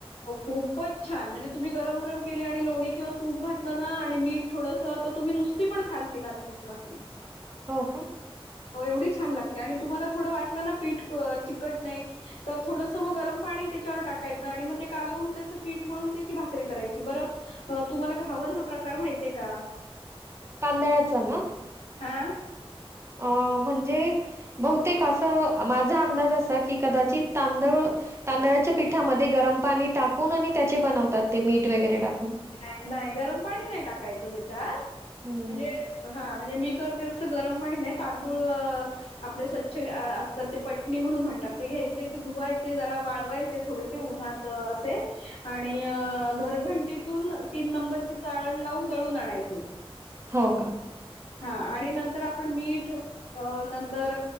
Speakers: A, on the left; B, on the right.
A: खूपच छान म्हणजे, तुम्ही गरम, गरम केली आणि लोणी किंवा तूप घातलं ना, आणि मीठ थोड स तुम्ही नुसती पण खाल ती नाचणीची भाकरी.
B: हो का?
A: हो एवढी छान लागते, आणि तुम्हाला थोडं वाटलं ना पीठ चिकट नाही, तर थोडंस मग गरम पा नी त्याच्यावर टाकायाचं आणि मग ते कालवून त्याच पीठ मळून त्याची भाकरी करायची बर अ तुम्हाला घावन हा प्रकार माहितेय का?
B: तांदळाचा ना?
A: हा.
B: अ, म्हणजे बहुतेक अस माझा अंदाज असा की कदाचित तांदळ तांदळा च्या पिठामध्ये गरम पाणी टाकून आणि त्याचे बनवतात, ते मीठ वगैरे टाकुन.
A: नाही, नाही, गरम पाणी नाही टाकायचं त्याच्यात
B: हं,
A: म्हणजे
B: हं.
A: हा म्हणजे मी कर जस गरम पाणी नाही तांदूळ अ आपले स्वच्छ असतात ते पटणी म्हणून म्हणतात ते घ्याय ते धुवायचे जरा वाळवायचे, थोडेसे उन्हात असे आणि अ घरघंटीत ते तुन तीन नंबरची चाळण लावून दळून आणायचे.
B: हो का?
A: हा आणि नंतर आपण मीठ अ नंतर